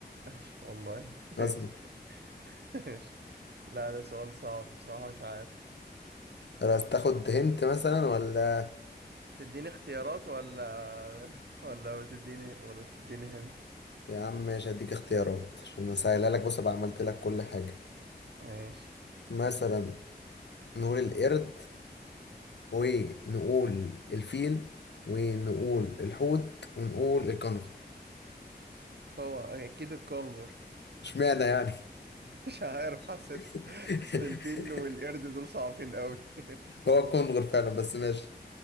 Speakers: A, on the right; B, on the left.
A: ماشي والله <laughs>
B: اصلا
A: ماشي ماشي. لا ده سؤال صعب بصراحة مش عارف
B: خلاص تاخد هنت مثلا ولا
A: تديني اختيارات ولا ولا تديني ولا تديني هنت
B: يا عم ماشي هديك اختيارات عشان اسهلها لك بص بقى عملت لك كل حاجه
A: ماشي
B: مثلا نقول القرد ونقول الفيل ونقول الحوت ونقول الكنغر
A: هو أكيد الكونغر
B: اشمعنى يعني
A: مش عارف حسيتها
B: <laughs>
A: اصل الفيل والقرد دول صعبين قوي <laughs>
B: هو الكنغر فعلا بس ماشي